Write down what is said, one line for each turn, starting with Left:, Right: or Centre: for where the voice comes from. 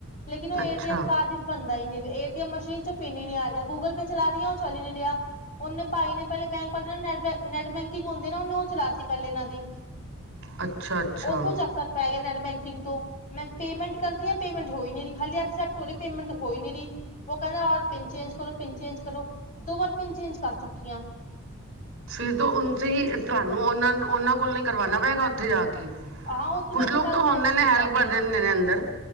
Left: ਲੇਕਿਨ ਉਹ
Right: ਅੱਛਾ,
Left: ਏ ਟੀ ਅਮ ਕਾਰਡ ਚ ਬਨਦਾ ਹੀਈ ਨੀ ਅ ਮਸ਼ੀਨ ਚ ਪਿੰਨ ਹੀ ਨੀ ਆ ਰਿਹਾ। ਗੂਗਲ ਪੇ ਚਲਾ ਰਹੀ ਆਂ, ਉਹ ਚੱਲ ਨੀ ਰਿਹਾ ਉਹਨੇ ਪਾਈ ਨੇ ਪਹਿਲੇ ਬੈਂਕ ਨੈਟ ਬੈਂਕ ਕਿੰਗ ਹੁੰਦੀ ਨਾ ਉਹਨੇ ਉਹ ਚਲਾ ਦਿੱਤੀ ਪਹਿਲੇ ਇਹਨਾਂ ਦੀ
Right: ਅੱਛਾ-ਅੱਛਾ
Left: ਉੱਥੋਂ ਚੱਕਰ ਪੈ ਗਿਆ ਨੈਟ ਬੈਂਕ ਨੈਟ ਬੈਂਕਿੰਗ ਤੋਂ ਮੈਂ ਪੇਮੈਂਟ ਕਰਦੀ ਪੈਂਟ ਹੋਈ ਖਸੇੈਂਟ ਹੋ ਕਹਿੰਦਾ ਪਿੰਨ ਚੇਜ ਕਰ ਪਨ ਚੇਂਜ ਕਰੋ ਦੋ ਵਾਰ ਪਿੰਨ ਚੇਂਜ ਕਰ ਚੁੱਕੀ ਆ
Right: ਫਿਰ ਤੋਂ ਹੀ ਤੁਹਾਨੂੰ ਉਹਨਾਂ ਉਹਨਾਂ ਕੋਲ ਨ ਕਰਵਾਣਾ ਪਏਗਾ ਉੱਥੇ ਜਾ ਕੇ
Left: ਆਹਾਂ ਉੱਥੇ
Right: ਕੁਛ
Left: ਮੈਂ ਅਸੀਂ
Right: ਲੋਕ
Left: ਕੱਲ
Right: ਤਾਂ
Left: ਗਏ
Right: ਹੁੰਦੇ
Left: ਸੀ
Right: ਨੇ
Left: ਸ਼ਾਮੀ
Right: ਹੈਲਪ ਕਰ ਦਿੰਦੇ ਨੇ ਅੰਦਰ